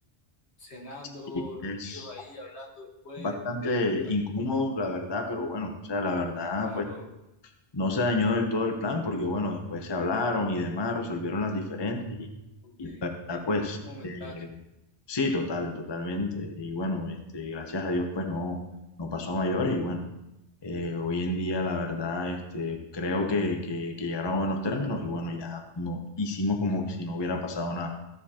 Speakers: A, on the left; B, on the left.
A: cenando,
B: sí,
A: reunidos
B: es,
A: ahí, hablando después,
B: Bastante
A: o sea,
B: incómodo, la verdad, pero bueno, o sea, la verdad,
A: claro,
B: pues no se dañó del todo el plan porque, bueno, después se hablaron y demás, resolvieron las diferencias y,
A: porque
B: y la verdad, pues,
A: algo momentáneo.
B: eh, sí, total, totalmente. Y bueno, este, gracias a Dios, pues no, no pasó a mayores y bueno, eh, hoy en día, la verdad, este, creo que, que, que llegaron a buenos términos y bueno, ya no, hicimos como si no hubiera pasado nada.